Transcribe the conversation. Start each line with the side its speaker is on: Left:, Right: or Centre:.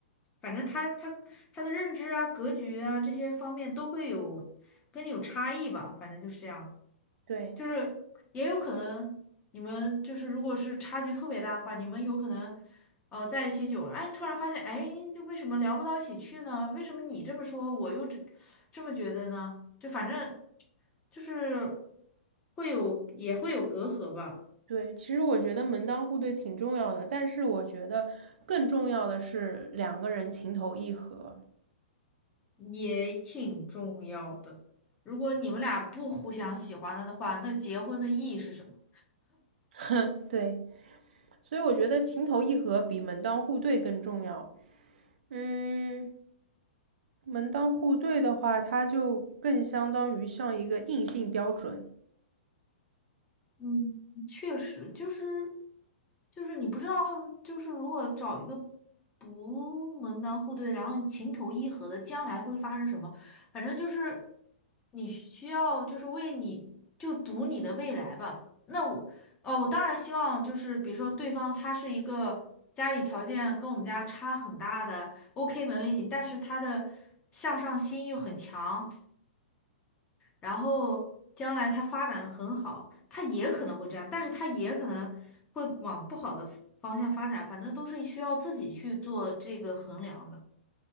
Left: 反正他他他的认知啊、格局啊这些方面都会有跟你有差异吧，反正就是这样。
Right: 对
Left: 就是也有可能你们就是如果是差距特别大的话，你们有可能呃在一起久了，哎，突然发现，哎，为什么聊不到一起去呢？为什么你这么说，我又这这么觉得呢？就反正就是会有也会有隔阂吧，
Right: 对，其实我觉得门当户对挺重要的，但是我觉得更重要的是两个人情投意合，
Left: 也挺重要的。如果你们俩不互相喜欢了的话，那结婚的意义是什么？
Right: <laughs> 哼，对，所以我觉得情投意合比门当户对更重要。嗯，门当户对的话，它就更相当于像一个硬性标准。
Left: 嗯，确实就是就是你不知道，就是如果找一个不门当户对，然后你情投意合的，将来会发生什么？反正就是你需要就是为你就赌你的未来吧。那我哦，我当然希望就是比如说对方他是一个家里条件跟我们家差很大的，OK 没问题，但是他的向上心又很强。然后将来它发展的很好，它也可能会这样，但是它也可能会往不好的方向发展，反正都是需要自己去做这个衡量的。